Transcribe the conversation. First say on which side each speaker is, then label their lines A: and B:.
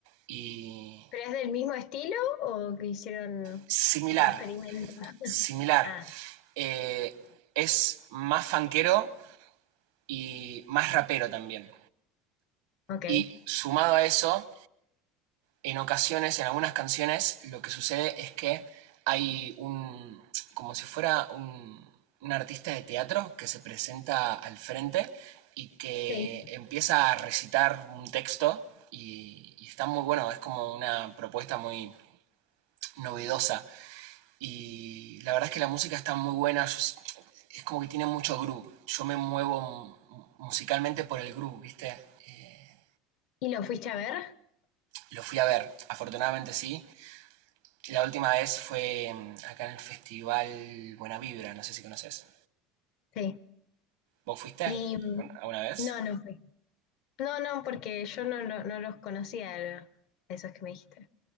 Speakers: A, on the right; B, on the left.
A: y
B: ¿Pero es del mismo estilo o que hicieron
A: similar,
B: otro experimento?
A: similar.
B: Ah,
A: Eh, es más fanquero y más rapero también.
B: ok.
A: Y sumado a eso, en ocasiones, en algunas canciones, lo que sucede es que hay un, como si fuera un, un artista de teatro que se presenta al frente y que
B: Sí.
A: empieza a recitar un texto y, y está muy bueno, es como una propuesta muy novedosa y la verdad es que la música está muy buena, es como que tiene mucho groove, yo me muevo musicalmente por el groove, ¿viste? Eh,
B: ¿Y lo fuiste a ver?
A: lo fui a ver, afortunadamente sí, La última vez fue mm, acá en el festival Buena Vibra, no sé si conoces.
B: Sí.
A: ¿Vos fuiste
B: Y mm,
A: alguna vez?
B: no, no fui. No, no, porque yo no, lo- no los conocía, a esos que me dijiste.